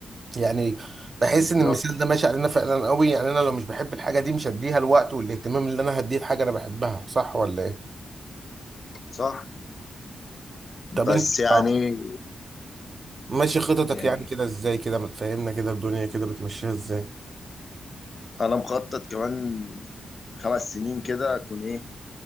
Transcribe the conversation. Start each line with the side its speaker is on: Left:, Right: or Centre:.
Right: يعني بحس
Left: بالظبط
Right: ان المثال ده ماشي علينا فعلا قوي يعني انا لو مش بحب الحاجه دي مش هديها الوقت والاهتمام اللي انا هديه الحاجه انا بحبها صح ولا ايه
Left: صح
Right: طب
Left: بس
Right: انت
Left: يعني
Right: اه ماشي خططك
Left: يعني
Right: يعني كده ازاي كده ما تفهمنا كده الدنيا كده بتمشيها ازاي
Left: انا مخطط كمان خمس سنين كده اكون ايه